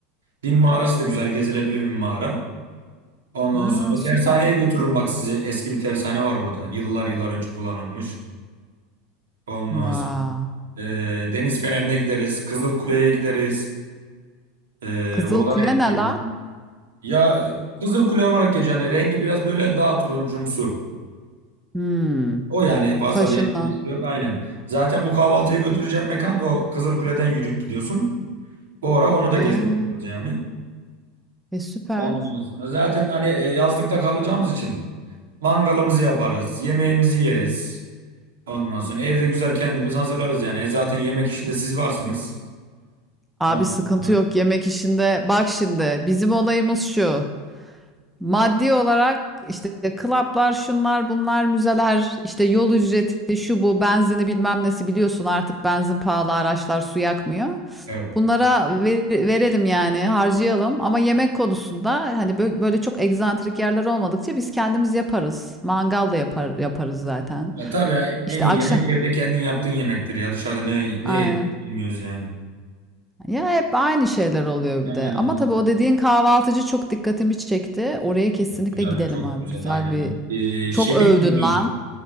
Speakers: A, on the right; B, in the centre.
A: Dim mağarası da güzel gezilebilir bir mağara. Ondan
B: Ha,
A: sonra tersaneye
B: süper.
A: götürürüm bak sizi. Eski bir tersane var burada. Yıllar yıllar önce kullanılmış. Ondan
B: Vay.
A: sonra e, Deniz Feneri'ne gideriz. Kızıl Kule'ye gideriz. E,
B: Kızıl
A: oralara
B: Kule
A: hep
B: ne
A: gezdim.
B: la?
A: Ya Kızıl Kule olarak geçiyor. Yani rengi biraz böyle daha turuncumsu.
B: Hmm.
A: O yani fazla
B: Taşından.
A: bir etkisi yok aynen. Zaten bu kahvaltıya
B: Hı hı.
A: götüreceğim mekan o Kızılkule'den yürüyüp gidiyorsun. Bu ara onu da
B: Ha,
A: gezmiş oluruz yani.
B: e süper.
A: Ondan sonra zaten hani e, yazlıkta kalacağımız için mangalımızı yaparız, yemeğimizi yeriz. Ondan sonra evde güzel kendimiz hazırlarız yani. E, zaten yemek işinde siz varsınız.
B: Abi
A: Ondan
B: sıkıntı
A: sonra
B: yok yemek işinde. Bak şimdi bizim olayımız şu. Maddi olarak işte klaplar, şunlar, bunlar, müzeler, işte yol ücreti, şu bu, benzini bilmem nesi biliyorsun artık benzin pahalı, araçlar su yakmıyor.
A: evet.
B: Bunlara ver- verelim yani harcayalım ama yemek konusunda hani bö- böyle çok egzantrik yerler olmadıkça biz kendimiz yaparız. Mangal da yapar, yaparız zaten.
A: Ya tabii ya,
B: İşte
A: en iyi
B: akşam
A: yemek evde kendin yaptığın yemektir ya. Dışarıda ne
B: aynen.
A: ne yediğimizi bilmiyoruz yani.
B: Ya hep aynı şeyler oluyor
A: Yani
B: bir de. Ama
A: bir-
B: tabii o dediğin kahvaltıcı çok dikkatimi çekti. Oraya kesinlikle
A: güzel
B: gidelim
A: çok
B: abi.
A: güzel
B: Güzel
A: aynen.
B: bir
A: E,
B: çok
A: şebit
B: övdün
A: bilmiyor.
B: lan.